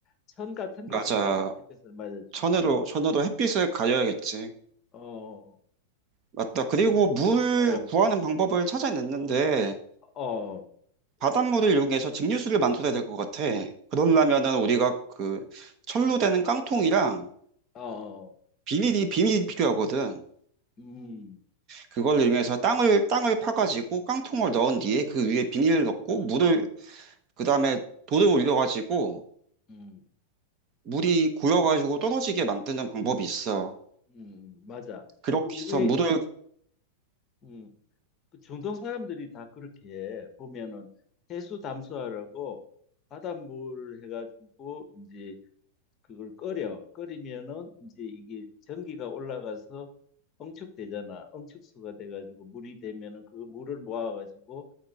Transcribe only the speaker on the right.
맞아.
천으로, 천으로 햇빛을 가려야겠지.
맞다. 그리고 물
구하는 방법을 찾아냈는데
바닷물을 이용해서 증류수를 만들어야 될 것 같아. 그러려면은 우리가 그 철로 되는 깡통이랑
비닐이, 비닐이 필요하거든.
그걸 이용해서 땅을 땅을 파가지고 깡통을 넣은 뒤에 그 위에 비닐을 넣고 물을 그 다음에 돌을 올려가지고
물이 고여가지고 떨어지게 만드는 방법이 있어.
그렇게
해서 물을